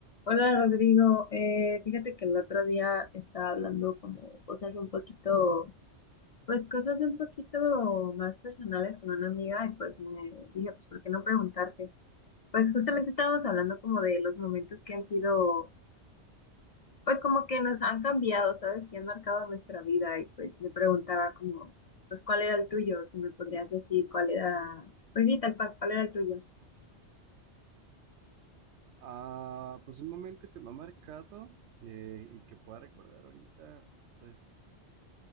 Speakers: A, on the left; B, on the right.
A: Hola Rodrigo, eh, fíjate que el otro día estaba hablando como cosas un poquito, pues cosas un poquito más personales con una amiga y pues me dije, pues ¿por qué no preguntarte? Pues justamente estábamos hablando como de los momentos que han sido, pues como que nos han cambiado, ¿sabes? Que han marcado nuestra vida y pues me preguntaba como, pues ¿cuál era el tuyo? Si me podrías decir cuál era, pues sí, tal cual, ¿cuál era el tuyo?
B: Ah, pues un momento que me ha marcado eh, y que pueda recordar ahorita, pues